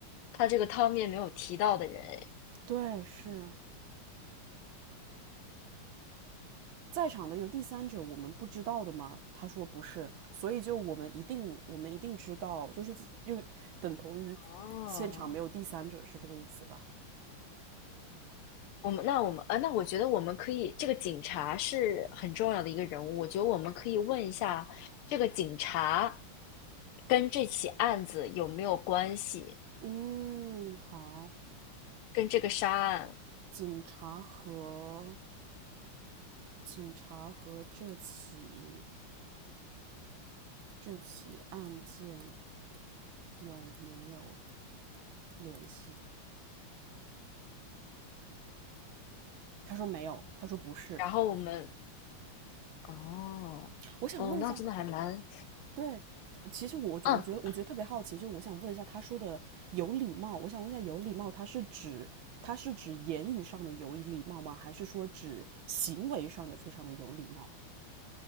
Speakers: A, on the left; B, on the right.
A: 他这个汤面没有提到的人。哎，
B: 对，是。在场的有第三者，我们不知道的吗？他说不是，所以就我们一定，我们一定知道，就是就等同于
A: 哦，
B: 现场没有第三者，是这个意思吧？
A: 我们那我们呃，那我觉得我们可以，这个警察是很重要的一个人物，我觉得我们可以问一下这个警察跟这起案子有没有关系，
B: 嗯，好。
A: 跟这个杀案。
B: 警察和警察和这起这起案件有没有联系？他说没有，他说不是。
A: 然后我们哦哦，
B: 我想问一下，
A: 那真的还蛮
B: 对，其实我觉我觉得我觉得特别好奇，
A: 嗯，
B: 就我想问一下，他说的有礼貌，我想问一下，有礼貌，它是指它是指言语上的有礼貌吗？还是说指行为上的非常的有礼貌？